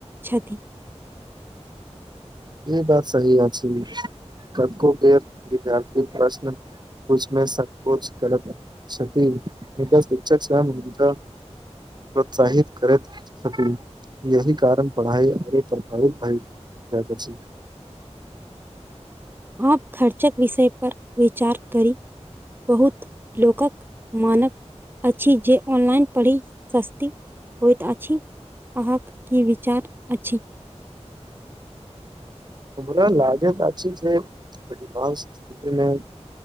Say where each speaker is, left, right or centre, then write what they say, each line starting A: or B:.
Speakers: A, on the right (about 20°); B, on the right (about 40°).
A: छथि।
B: ई बात सही अछि कतको बेर विद्यार्थी प्रश्न पुछमे संकोच करत छथि हिनका शिक्षक छ <unintelligible> प्रोत्साहित करैत छथिन यही कारण पढ़ाइ आगे प्रभावित भइल अछि।
A: आब खर्चक विषय पर विचार करी बहुत लोकक मानक अछि जे ऑनलाइन पढ़ी सस्ती होइत अछि। अहाँक की विचार अछि।
B: हमरा लागैत अछि जे एडवांस स्थिति मे